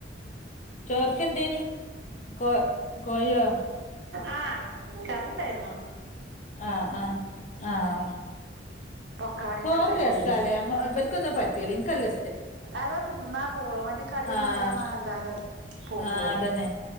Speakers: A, on the left; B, on the right.
A: ചോർക്ക് എന്തേനി കോ കോഴിയോ
B: <inaudible> ആഹ കറിണ്ടായിരുന്നു.
A: ആഹ ആഹ ആഹ്
B: പൊക്ക വടയൊക്കെ
A: കൊറ
B: ഉണ്ടാക്കിരുന്നു
A: രസല്ലേ വലക്കൊന്നും പറ്റൂല ഇനക്ക്ല്ല
B: അത തിന്നാ പോളും മറ്റേ കടിയന്നായ
A: ആഹ്
B: അല്ലാതെ പോക്കലെ
A: ആഹ് അതന്നെ